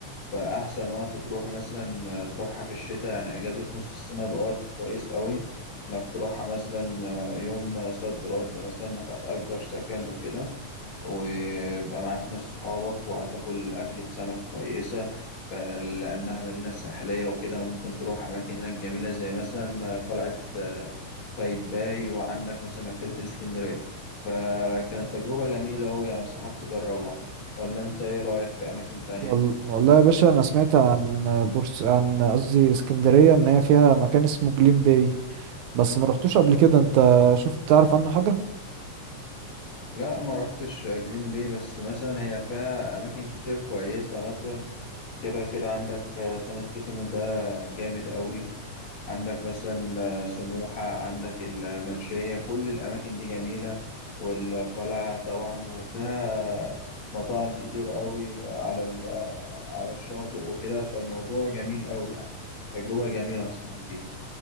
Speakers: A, on the left; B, on the right.
A: فأحسن وقت تروح مثلا آه، تروحها في الشتاء يعني أجازة نص السنة بقى وقت كويس قوي إنك تروحها مثلا آه، يوم صد رد مثلا إنك هتأجر سكن وكده ويبقى معاك ناس صحابك وهتاكل أكلة سمك كويسة بقى لأنها مدينة ساحلية وكده وممكن تروح أماكن هناك جميلة زي مثلا قلعة آه، قايتباي وعندك مثلا مكتبة الإسكندرية فكانت تجربة جميلة وأنصحك تجربها ولا أنت إيه رأيك في أماكن تانية؟
B: وال... والله يا باشا أنا سمعت عن بورس عن قصدي اسكندرية إن هي فيها مكان اسمه جليم باي بس ما رحتوش قبل كده أنت شفت تعرف عنه حاجة؟
A: لا ما روحتش جليم بي بس مثلا هي فيها أماكن كتير كويسة مثلا كده كده عندك آه، سان ستيفانو ده جامد قوي عندك مثلا آه، سموحة عندك المنشية كل الأماكن دي جميلة والقلعة طبعا وفيها مطاعم كتير قوي على ال- آه، على الشاطئ وكده فالموضوع جميل قوي يعني تجربة جميلة أنصحك بيها